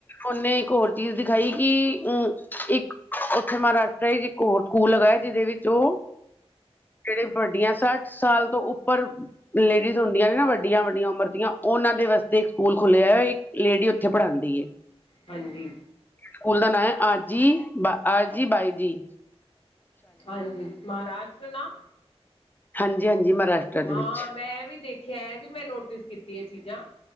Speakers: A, on the left (about 15°); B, on the left (about 60°).
A: ਉਨੇ ਇੱਕ ਹੋਰ ਚੀਜ਼ ਦਿਖਾਈ ਕਿ ਉ ਇੱਕ ਉੱਥੇ ਮਹਾਰਾਸ਼ਟਰ ਇੰਚ ਸਕੂਲ ਹੈਗਾ ਜਿਦੇ ਵਿੱਚ ਉ ਜਿਹੜੇ ਵੱਡੀਆਂ ਸੱਠ ਸਾਲ ਤੋਂ ਉੱਪਰ ਲੇਡੀਜ਼ ਹੁੰਦੀਆਂ ਨੇ ਨਾ ਵੱਡੀਆਂ-ਵੱਡੀਆਂ ਉਮਰ ਦੀਆਂ ਉਨਾਂ ਦੇ ਵਾਸਤੇ ਇੱਕ ਸਕੂਲ ਖੋਲਿਆ ਇੱਕ ਲੇਡੀ ਉੱਥੇ ਪੜਾਂਦੀ ਐ। <inaudible>
B: ਹਾਂਜੀ
A: ਸਕੂਲ ਦਾ ਨਾਂ ਐ ਆਜੀ ਬਾ ਆਜੀ ਬਾਈਜੀ।
B: ਹਾਂਜੀ, ਮਹਾਰਾਸ਼ਟਰ ਨਾ
A: ਹਾਂਜੀ, ਹਾਂਜੀ ਮਹਾਰਾਸ਼ਟਰ ਦੇ
B: ਹਾਂ
A: ਵਿੱਚ
B: ਮੈਂ ਵੀ ਦੇਖਿਆ ਇ ਵੀ ਮੈਂ ਨੋਟਿਸ ਕੀਤੀ ਏ ਚੀਜ਼ਾਂ,